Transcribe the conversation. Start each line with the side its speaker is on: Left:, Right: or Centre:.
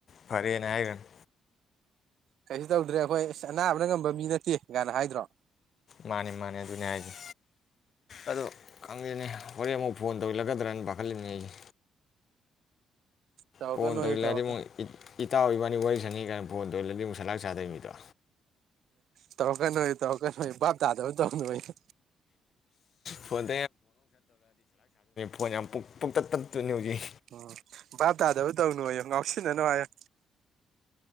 Left: ꯐꯔꯦꯅ ꯍꯥꯏꯈ꯭ꯔꯅꯤ
Right: ꯀꯩꯁꯨ ꯇꯧꯗ꯭ꯔꯦ ꯑꯩꯈꯣꯏ ꯑꯁ ꯑꯅꯥꯕꯅ ꯉꯝꯕ ꯃꯤ ꯅꯠꯇꯦ ꯀꯥꯏꯅ ꯍꯥꯏꯗ꯭ꯔꯣ
Left: ꯃꯥꯅꯦ ꯃꯥꯅꯦ ꯑꯗꯨꯅꯦ ꯍꯥꯏꯖꯦ ꯑꯗꯣ ꯈꯪꯗꯦꯅꯦ ꯍꯣꯔꯦꯟ ꯑꯃꯨꯛ ꯐꯣꯟ ꯇꯧꯁꯤꯜꯂꯛꯀꯗ꯭ꯔꯅ ꯄꯥꯈꯠꯂꯤꯅꯤ ꯑꯩꯒꯤ
Right: ꯇꯧꯔꯛꯀꯅꯣꯌꯨ
Left: ꯐꯣꯟ ꯇꯧꯁꯤꯟ
Right: ꯇꯧꯔꯛꯀꯅꯨ
Left: ꯂꯛꯑꯗꯤ ꯃꯣꯢ ꯏꯇꯥꯎ ꯏꯕꯥꯅꯤ ꯋꯥꯔꯤ ꯁꯥꯟꯅ ꯀꯥꯏꯅ ꯐꯣꯟꯗꯣ ꯇꯣꯏꯁꯤꯟ ꯂꯗꯤ ꯑꯃꯨꯛ ꯁꯟ ꯂꯥꯛ ꯁꯗꯣꯏꯅꯤꯗꯣ
Right: ꯇꯧꯔꯛ ꯀꯥꯅꯣꯌꯨ ꯇꯧꯔꯛ ꯀꯅꯣꯌꯨ <inaudible>
Left: ꯐꯣꯟ ꯍꯣꯏ ꯌꯥꯝ ꯄꯣꯇꯛ ꯇꯠꯇꯨꯅꯤ ꯍꯧꯖꯤꯛ
Right: ꯎꯝ ꯕꯥꯥꯞ ꯇꯥꯗꯕꯨ ꯇꯧꯅꯨꯌꯨ ꯉꯥꯎꯁꯤꯟꯅꯅꯨ ꯍꯥꯏꯌꯦ